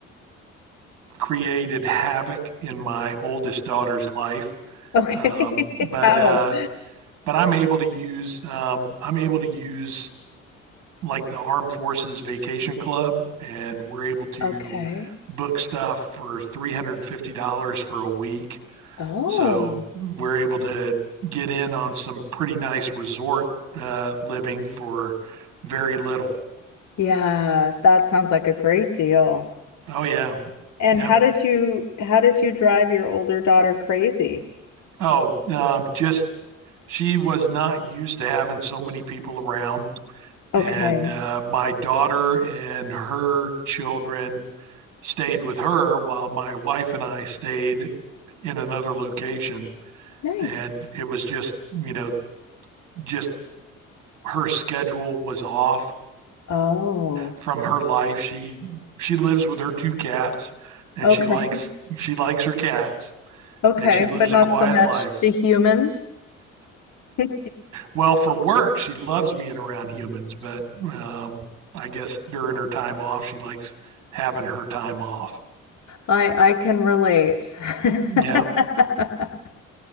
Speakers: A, on the right; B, on the left.
A: created havoc in my oldest daughter's life.
B: Okay.
A: Um,
B: <laughs>
A: but
B: How?
A: uh, but I'm able to use um, I'm able to use like the Armed Forces Vacation Club, and we're able to
B: Okay.
A: book stuff for three hundred and fifty dollars for a week.
B: Oh,
A: So we're able to get in on some pretty nice resort uh, living for very little.
B: yeah, that sounds like a great deal.
A: Oh yeah,
B: And
A: yep.
B: how did you how did you drive your older daughter crazy?
A: Oh, um, just she was not used to having so many people around,
B: Okay.
A: and uh, my daughter and her children stayed with her while my wife and I stayed in another location.
B: Nice.
A: And it was just, you know, just her schedule was off
B: Oh,
A: from her life. She she lives with her two cats and
B: okay.
A: she likes she likes her cats
B: Okay,
A: and she lives
B: but not
A: a quiet
B: so much
A: life.
B: the humans. <laughs> I
A: Well, for work, she loves being around humans, but um, I guess during her time off, she likes having her time off.
B: I can relate. <laughs>
A: Yeah,